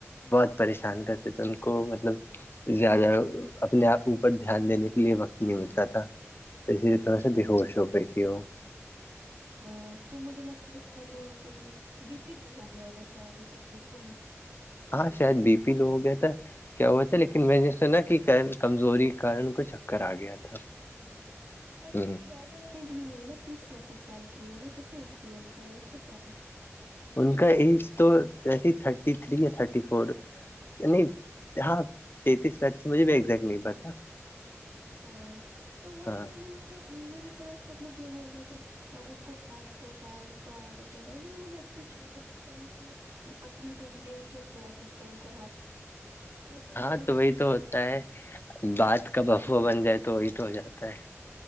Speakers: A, on the left; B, on the right.
A: بہت پریشان کرتے تھے ان کو
B: اچھا
A: مطلب زیادہ اپنے آپ اوپر دھیان دینے کے لیے وقت نہیں ملتا تھا اسی
B: اچھا
A: تھوڑا سا بیہوش ہو گئی ت ہو
B: او تو مجھے لگتا ہے شاید وہ ان کے بی پینو ہو گیا ہوگا شاید اس وجہ سے ہے نا
A: ہاں شاید بی پی لو ہو گیا تھا کیا
B: مجھے
A: ہوا تھا لیکن میں جیس نا کہ کمزوری کےارن کو چکر آ گیا تھا
B: ہ ایسے
A: ہ
B: وہ زیادہ ایج بھی نہیں ہے نا تیس پینتیس سال کی ہے نا ک تیج کیا ان کا ایج کتنا
A: ان کا ایج تو ایسے تھرٹی تھری ہے تھرٹی فور نہیں ہاں تینتیس پینتیس مجھے بھی ایگزیکٹ نہیں پتا
B: ہاں تو وہی
A: ہاں
B: میں نے مطلب میرے طرف سب لوگ یہ بول رہے تھے ان کو ہارٹ اٹیک آئے ان کو ہارٹ اٹیک آئے م بولے ا انی کم ت وہ پتلی دبلی ہوئی کیسے آ سکتا ان کو ہارٹ اٹیک وہ
A: ہاں
B: وہ
A: تو وہی تو ہے بعات کا بفوا بن جائے تو وہی تو ہو جاتا ہے